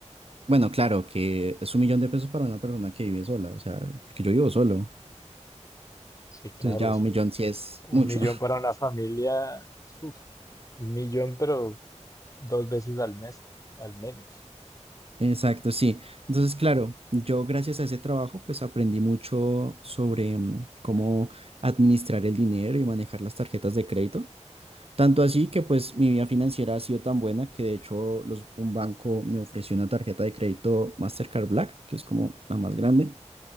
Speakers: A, on the right; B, on the left.
A: bueno, claro que es un millón de pesos para una persona que vive sola, o sea, porque yo vivo solo,
B: Sí, claro,
A: entonces ya
B: eso-
A: un millón sí es
B: un
A: mucho.
B: millón para una familia, uf, un millón pero dos veces al mes, al menos.
A: Exacto, sí. Entonces, claro, yo gracias a ese trabajo, pues aprendí mucho sobre mm, cómo administrar el dinero y manejar las tarjetas de crédito. Tanto así que pues mi vida financiera ha sido tan buena que de hecho los, un banco me ofreció una tarjeta de crédito Mastercard Black, que es como la más grande